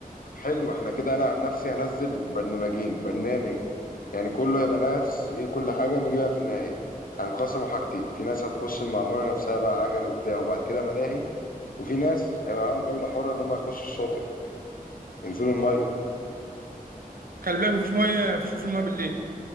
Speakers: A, on the left (about 70°); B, on the right (about 75°).
A: طب حلو احنا كده انا عن نفسي هنزل برنامجين برنامج يعني كله هيبقى نفس ايه كل حاجة نيجي بقى في النهاية هنقسموا حاجتين في ناس هتخش المعمورة نفسها بقى عجل وبتاع وبعد كده ملاهي وفي ناس هيبقى معاهم جولة حرة ان هم يخشوا الشاطئ ينزلوا المية
B: خلي بالك مفيش ميه مفيش وصول ميه بالليل